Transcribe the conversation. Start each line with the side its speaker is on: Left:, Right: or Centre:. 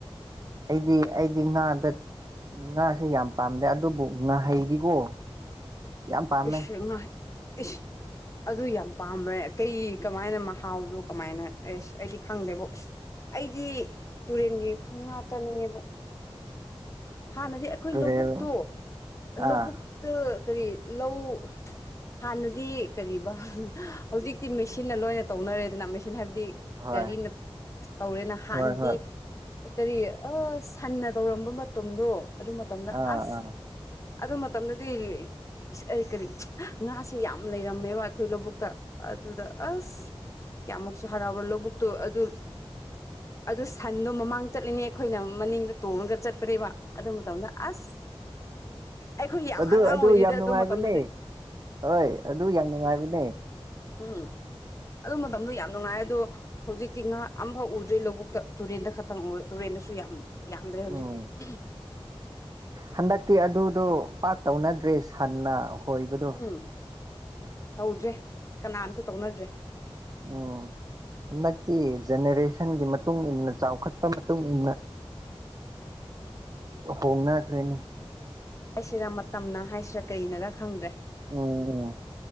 Right: ꯑꯩꯗꯤ ꯑꯩꯗꯤ ꯉꯥꯗ ꯉꯥꯁꯦ ꯌꯥꯝ ꯄꯥꯝꯗꯦ ꯑꯗꯨꯕꯨ ꯉꯥꯍꯩꯗꯤꯀꯣ ꯌꯥꯝ ꯄꯥꯝꯃꯦ
Left: ꯏꯁ ꯉꯥꯍꯩ ꯏꯁ ꯑꯗꯨ ꯌꯥꯝ ꯄꯥꯝꯕ꯭ꯔꯦ ꯀꯩ ꯀꯃꯥꯏꯅ ꯃꯍꯥꯎꯗꯨ ꯀꯃꯥꯏꯅ ꯑꯦꯁ ꯑꯩꯗꯤ ꯈꯪꯗꯦꯕꯣ ꯑꯩꯗꯤ ꯇꯨꯔꯦꯟꯒꯤ ꯈꯪ ꯉꯥ ꯆꯥꯅꯤꯡꯉꯦꯕꯣ ꯍꯥꯟꯅꯗꯤ ꯑꯩꯈꯣꯏ
Right: ꯇꯨꯔꯦꯜ
Left: ꯂꯧꯕꯨꯛꯇꯣ ꯂꯧꯕꯨꯛꯇ
Right: ꯑꯥ
Left: ꯀꯔꯤ ꯂꯧ ꯍꯥꯟꯅꯗꯤ ꯀꯔꯤꯕ ꯍꯧꯖꯤꯛꯇꯤ ꯃꯦꯁꯤꯟꯅ ꯂꯣꯏꯅ ꯇꯧꯅꯔꯦꯗꯅ ꯃꯦꯁꯤꯟ ꯍꯥꯏꯕꯗꯤ
Right: ꯍꯣꯏ
Left: ꯒꯥꯔꯤꯅ ꯇꯧꯔꯦꯅ ꯍꯥꯟꯅꯗꯤ
Right: ꯍꯣꯏ ꯍꯣꯏ
Left: ꯀꯔꯤ ꯑ ꯁꯟꯅ ꯇꯧꯔꯝꯕ ꯃꯇꯝꯗꯣ ꯑꯗꯨ ꯃꯇꯝꯗ
Right: ꯑꯥ
Left: ꯑꯁ
Right: ꯑꯥ
Left: ꯑꯗꯨ ꯃꯇꯝꯗꯗꯤꯔꯤ ꯏꯁ ꯑꯩ ꯀꯔꯤ ꯉꯥꯁꯦ ꯌꯥꯝ ꯂꯩꯔꯝꯃꯦꯕ ꯑꯩꯈꯣꯏ ꯂꯧꯕꯨꯛꯇ ꯑꯗꯨꯗ ꯑꯁ ꯀꯌꯥꯃꯨꯛꯁꯨ ꯍꯔꯥꯎꯔꯣ ꯂꯧꯕꯨꯛꯇꯣ ꯑꯗꯨ ꯑꯗꯨ ꯁꯟꯗꯣ ꯃꯃꯥꯡ ꯆꯠꯂꯤꯅꯦ ꯑꯩꯈꯣꯏꯅ ꯃꯅꯤꯡꯗ ꯇꯣꯡꯉꯒ ꯆꯠꯄꯅꯦꯕ ꯑꯗꯨ ꯃꯇꯝꯗ ꯑꯁ ꯑꯩꯈꯣꯏ ꯌꯥꯝ
Right: ꯑꯗꯨ
Left: ꯑꯉꯥꯡ ꯑꯣꯏꯔꯤꯗ
Right: ꯌꯥꯝ ꯅꯨꯡꯉꯥꯏꯕꯅꯦ
Left: ꯑꯗꯨ ꯃꯇꯝꯗꯗꯤ
Right: ꯍꯣꯏ ꯑꯗꯨ ꯌꯥꯝ ꯅꯨꯡꯉꯥꯏꯕꯅꯦ
Left: ꯎꯝ ꯑꯗꯨ ꯃꯇꯝꯗꯣ ꯌꯥꯝ ꯅꯨꯡꯉꯥꯏ ꯑꯗꯣ ꯍꯧꯖꯤꯛꯇꯤ ꯉꯥ ꯑꯝꯐꯥꯎ ꯎꯗ꯭ꯔꯦ ꯂꯧꯕꯨꯛꯇ ꯇꯨꯔꯦꯟꯗ ꯈꯛꯇꯪ ꯑꯣꯏ ꯇꯨꯔꯦꯟꯗꯁꯨ ꯌꯥꯝ ꯌꯥꯝꯗ꯭ꯔꯦ ꯍꯧꯖꯤꯛꯇꯤ
Right: ꯎꯝ
Left: <unintelligible>
Right: ꯍꯟꯗꯛꯇꯤ ꯑꯗꯨꯗꯣ ꯄꯥꯛ ꯇꯧꯅꯗ꯭ꯔꯦ ꯁꯟꯅ ꯍꯣꯏꯕꯗꯨ
Left: ꯎꯝ ꯇꯧꯗ꯭ꯔꯦ ꯀꯅꯥꯝꯇ ꯇꯧꯅꯗ꯭ꯔꯦ
Right: ꯑꯣ ꯍꯟꯗꯛꯇꯤ ꯖꯦꯅꯦꯔꯦꯁꯟꯒꯤ ꯃꯇꯨꯡ ꯏꯟꯅ ꯆꯥꯎꯈꯠꯄ ꯃꯇꯨꯡ ꯏꯟꯅ ꯍꯣꯡꯅꯈ꯭ꯔꯦꯅꯦ
Left: ꯍꯥꯏꯁꯤꯔ ꯃꯇꯝꯅ ꯍꯥꯏꯁꯤꯔꯥ ꯀꯔꯤꯅꯔ ꯈꯪꯗ꯭ꯔꯦ
Right: ꯎꯝ ꯎꯝ